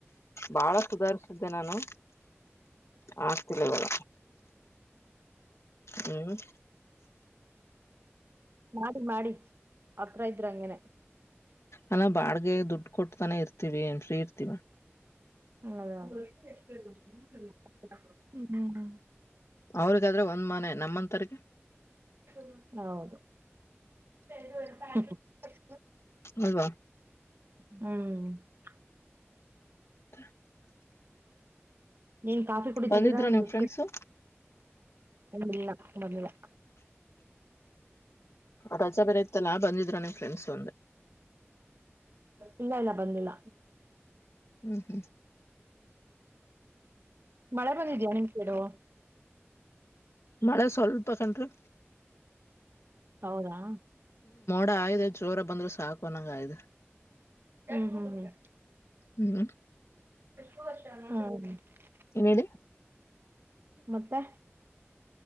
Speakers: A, on the left (about 75°); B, on the right (about 55°).
A: ಬಾಳ ಸುಧಾರಸಿದ್ದೆ ನಾನು ಆಗ್ತಿಲ್ಲ ಬಳ ಹ್ಮ
B: ಮಾಡಿ ಮಾಡಿ ಹತ್ರ ಇದ್ರ ಹಂಗೇನೆ
A: ಅಲ್ಲ ಬಾಡ್ಗೆ ದುಡ್ ಕೊಟ್ಟತಾನ ಇರ್ತಿೀವಿ ಏನ್ ಫ್ರೀ ಇರ್ತೀವ
B: ಹ್ಮ ಅದ ಹ್ಮ ಹ್ಮ್ ಹ್ಮ್
A: ಅವ್ರಗಾದ್ರೆ ಒಂದ್ ಮನೆ ನಮ್ಮಂತರ
B: ಹೌದು ಹ್ಮ್
A: ಅಲ್ವಾ
B: ಹ್ಮ
A: ಹ <inaudible>
B: ನೀನ್ ಕಾಫಿ ಕುಡಿತಿದ್ದೀರಾ
A: ಬಂದಿದ್ರ ನಿಮ್
B: ಬಿಸ್ಕೆಟ್
A: ಫ್ರೆಂಡ್ಸು
B: ಒಂದಿಲ್ಲ ನಂದಿಲ್ಲ
A: ರಜಾ ಬರಯತ್ತಲ್ಲಾ ಬಂದಿದ್ರ ನನ್ ಫ್ರೆಂಡ್ಸ್ ಒಂದೆ
B: ಇಲ್ಲ ಇಲ್ಲ ಬಂದಿಲ್ಲ
A: ಹ್ಮ್ ಹ್ಮ್
B: ಮಳೆ ಬಂದಿದ್ಯಾ ನಿಮ್ ಕಡುುವ
A: ಮಳೆ ಸ್ವಲ್ಪಕನ್ರೀ
B: ಹೌದಾ <inaudible>
A: ಕ ಆಯದೆ ಜೋರ ಬಂದ್ರೆ ಸಾಕುನಂಗ ಆಯ್ದೆ
B: ಹ ಹ
A: ಹ್ಮ್
B: ಹ <inaudible>
A: ನೇದು <inaudible>
B: ಮತ್ತೆ